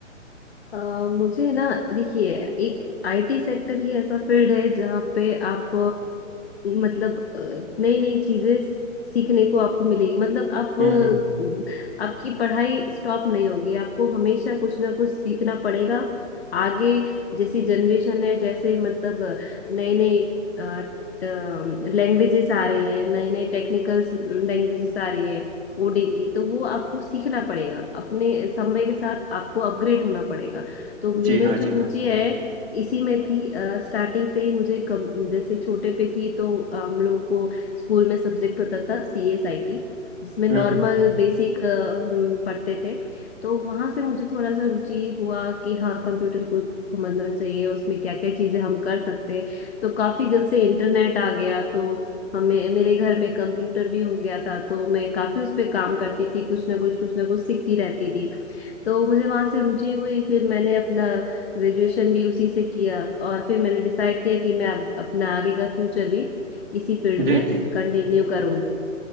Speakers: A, on the left (about 50°); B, on the right (about 45°).
A: अ, मुझे ना देखिए एक आईटी सेक्टर ही ऐसा फील्ड है जहाँ पे आप मतलब नई नई चीजें सीखने को आपको मिलेगी मतलब आप
B: हम्म
A: अ,
B: हम्म
A: आपकी पढ़ाई स्टॉप नहीं होगी आपको हमेशा कुछ ना कुछ सीखना पड़ेगा आगे जैसी जनरेशन है जैसे मतलब नए नए लैंग्वेजेस आ रही है नए नए टेक्निकल लैंग्वेजेस आ रही है कोडिंग की तो वो आपको सीखना पड़ेगा अपने समय के साथ आपको अपग्रेड होना पड़ेगा तो मेरे
B: जी हाँ
A: जो
B: जी
A: रुचि
B: हाँ
A: है इसी में थी स्टार्टिंग से ही मुझे कम, जैसे छोटे पे थी तो अ, हम लोगों को स्कूल में सब्जेक्ट होता था सी एस आई टी जिसमें नॉर्मल
B: हम्म हम्म
A: बेसिक हम पढ़ते थे तो वहां से मुझे थोड़ा सा रुचि हुआ कि हाँ कंप्यूटर को समझना चाहिए उसमें क्या क्या चीजें हम कर सकते हैं तो काफी जब से इंटरनेट आ गया तो हमें मेरे घर में कंप्यूटर भी हो गया था तो मैं काफी उस पे काम करती थी कुछ ना कुछ कुछ ना कुछ सीखती रहती थी तो मुझे वहां से रुचि हुई फिर मैंने अपना ग्रेजुएशन भी उसी से किया और फिर मैंने डिसाइड किया कि मैं अब अपना आगे का फ्यूचर भी इसी फील्ड
B: जी
A: में
B: जी
A: कंटिन्यू करूंगी